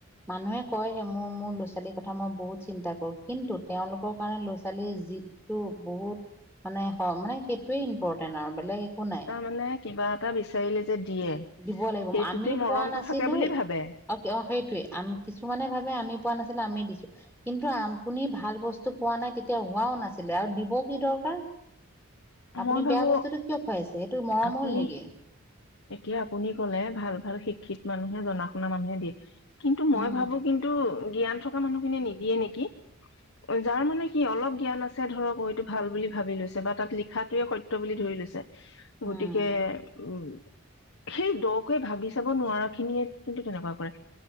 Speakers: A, in the centre; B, on the left.
A: মানুহে কয় সে মোৰ মোৰ ল'ৰা ছোৱালীৰ কথা মই বহুত চিন্তা কৰো কিন্তু তেওঁলোকৰ কাৰণে ল'ৰা ছোৱালীৰ যিটো বহুত মানে মানে সেইটোয়ে ইম্পৰ্টেণ্ট আৰু বেলেগ একো নাই
B: তাৰ মানে কিবা এটা বিচাৰিলে যে দিয়ে
A: দিব লাগিব
B: সেইটোতে
A: আমি
B: মৰমটো
A: পোৱা নাছিলো
B: থাকে বুলি ভাবে
A: অ সেইটোৱে আমি কিছুমানে ভাবে আমি পোৱা নাছিলো আমি দিছো কিন্তু আপুনি ভাল বস্তু পোৱা নাই তেতিয়া হোৱাও নাছিলে আৰু দিব কি দৰকাৰ আপুনি
B: মই ভাবো
A: বেয়া বস্তুটো কিয় খুৱাইছে সেইটো মৰম
B: আপুনি
A: হ'ল নেকি
B: এতিয়া আপুনি কলে ভাল ভাল শিক্ষিত মানুহে জনা শুনা মানুহে দিয়ে কিন্তু মই
A: উম
B: ভাবো কিন্তু জ্ঞান থকা মানুহখিনিয়ে নিদিয়ে নেকি যাৰ মানে কি অলপ জ্ঞান আছে ধৰক এইটো ভাল বুলি ভাবি লৈছে বা তাত লিখাটোৱে সত্য বুলি ধৰি লৈছে গতিকে
A: উম
B: উম সেই দকৈ ভাবি চাব নোৱাৰা খিনিয়ে কিন্তু তেনেকুৱা কৰে